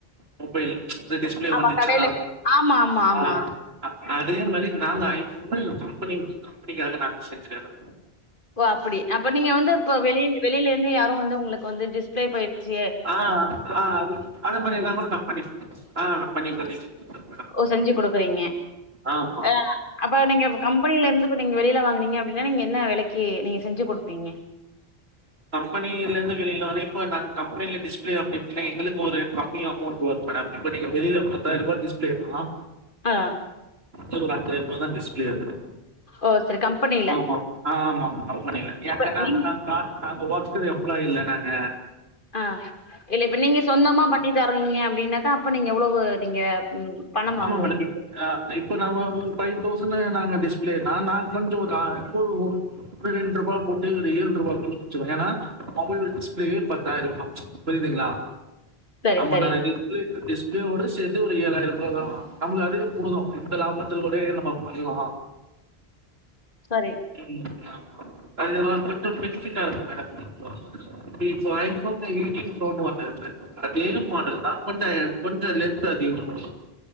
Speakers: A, on the right; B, on the left.
A: மொபைல் இந்த டிஸ்ப்ளே
B: ஆமா
A: ஒடஞ்சிச்சுன்னா
B: கடையில போய்- ஆமா ஆமா
A: ஆ
B: ஆமா
A: அதே மாரி நாங்க ஐபோனு கம்பனி கம்பனிக்காக நாங்க செஞ்சி தரோ
B: ஓ அப்டி அப்ப நீங்க வந்து இப்ப வெளில வெளில இர்ந்து யாரு வந்து உங்ளுக்கு வந்து டிஸ்ப்ளே போயிடுச்சி
A: ஆ ஆ அது மாரின கூட நா பண்ணிப் ஆ பண்ணி பண்ணி குடுத்துருவேன் மேடம்.
B: ஓ செஞ்சு குடுக்றீங்க
A: ஆமா.
B: அ அப்ப நீங்க கம் கம்பெனில இருந்து இப்ப நீங்க வெளில வாங்குனீங்க அப்டின்னா நீங்க என்ன வெலைக்கு நீங்க செஞ்சு குடுப்பீங்க
A: கம்பெனில இர்ந்து வெளில வந்து இப்போ நாங்க கம்பெனில டிஸ்ப்ளே அப்டினா எங்களுக்கு ஒரு கம்மி அமொண்ட் <inaudible> மேடம் இப்ப வெளில பத்தாயிர ருபா டிஸ்ப்ளேன
B: ஆ
A: இங்க ஒரு அஜ்ஜாயிர ரூவதா டிஸ்ப்ளே ஆவுது
B: ஓ சரி கம்பெனில
A: ஆமா ஆமா ஆமா கம்பெனில
B: இப்ப
A: எந்த நேரத்துல
B: நீங்
A: நாங்க ஒர்க்ஸ்ரு எம்ப்ளாயி இல்ல நாங்க
B: ஆ இல்ல இப்ப நீங்க சொந்தமா பண்ணி தாரிங்க அப்டின்னாக்கா அப்ப நீங்க எவ்ளோவு நீங்க ம் பணம்
A: ஆமா
B: வாங்குவீங்க
A: மேடம் இப்ப ஆ இப்ப நம்ம ஒரு ஃபைவ் தௌசண்னு நாங்க டிஸ்ப்ளேன நாங் கொஞ்சோ ஒரு ஒரு ரெண்டு ரூபா போட்டு ஒரு ஏழ்ட் ரூபா குள்ள முச்சுருவ ஏனா மொபைல் டிஸ்ப்ளேவே பத்தாய்ர ருபா புரிதுங்ளா
B: சரி
A: ஆமா
B: சரி
A: நா டிஸ்ப்ளே டிஸ்ப்ளே ஓட சேத்து ஒரு ஏழாயிரம் அவ்ளோதா வாங்குவ நம்மளு அதுவே போது இந்த லாபத்லோடயே நம்ம பண்லா
B: சரி
A: ம் ஆமா அது கொஞ்சோ பெனிஃபிட்ட இருக்கு மேடம் இப்போ இப்போ ஐபோன் ல எய்ட்டின் ப்ரோனுவாங்க அந்த அதே மாடல் தா கொஞ்ச கொஞ்ச லெந்த் அதிகம